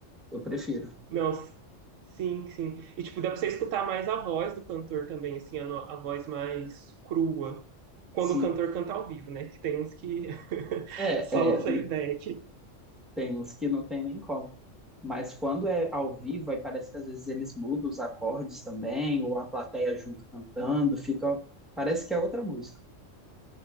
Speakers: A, in the centre; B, on the right.
A: eu prefiro.
B: não, sim, sim. E, tipo, dá pra você escutar mais a voz do cantor também, assim, a, no- a voz mais crua. Quando
A: Sim.
B: o cantor canta ao vivo, né? Que tem uns que <laughs>
A: É,
B: só
A: é
B: o playback.
A: Tem uns que não tem nem como. Mas quando é ao vivo, aí parece que às vezes eles mudam os acordes também, ou a plateia junto cantando, fica. Parece que é outra música.